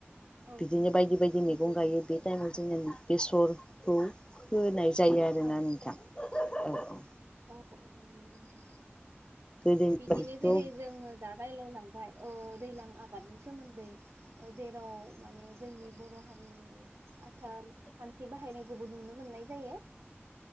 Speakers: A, on the right; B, on the left.
A: औ
B: बिदिनो बायदि बायदि
A: नंगौ
B: मैगं गायो
A: नोंथां
B: बे
A: नंगौ
B: टाइमाव जोंनिया बेसरखौ फोनाय जायो आरोना
A: औ
B: नोंथां। औ औ
A: औ नंगौ नोंथां
B: गोदोनि
A: बिदिनो
B: बादिथ'
A: जेरै जोंङो दा रायलाय लांबाय ओ दैलां आबादनि सोमोन्दै ओ जेराव माने जोंनि बर' हारिनि आथार खान्थि बाहायनायखौबो नुनो मोननाय जायो